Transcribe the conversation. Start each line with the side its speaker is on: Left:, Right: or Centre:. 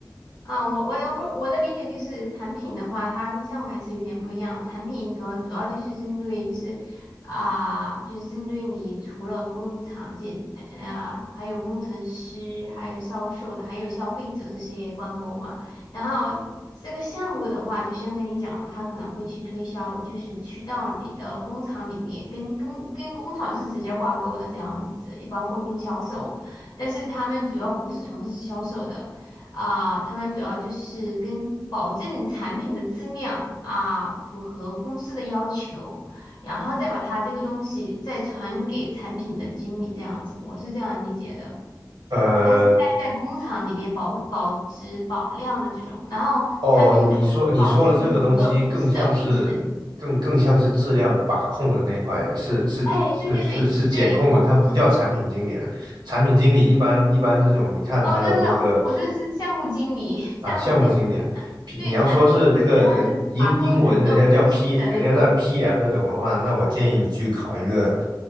Left: 啊，我我的会我的理解就是产品的话，它跟项目还是有点不一样。产品主要主要就是针对就是啊、就是针对你除了工厂进呃啊还有工程师，还有销售的，还有消费者这些挂钩嘛。然后这个项目的话，就先跟你讲了，他可能会去推销，就是去到你的工厂里面，跟跟跟工厂是直接挂钩的这样子，也包括跟销售，但是他们主要不是从事销售的。啊，他们主要就是跟保证产品的质量啊，符合公司的要求，然后再把它这个东西再传给产品的经理，这样子，我是这样理解的。
Right: 呃，
Left: 他是待在工厂里面保保质保量的这种，然后产品的话是保证整个公司的运程。
Right: 哦，你说你说的这个东西更像是更更像是质量把控的那块，是是是是是检控的，
Left: 哎，对对对对，我
Right: 它不叫产品经理了。产品经理一般一般这种，你看他的那个
Left: 哦，no no no，我说的是项目经理，<laughs> 项目经理
Right: 啊，项目经理啊，P，
Left: 对产品经理的话是把控整个公司的那个。
Right: 你要说是那个人英英文人家叫 P，人家叫 PM 那种的话，那我建议你去考一个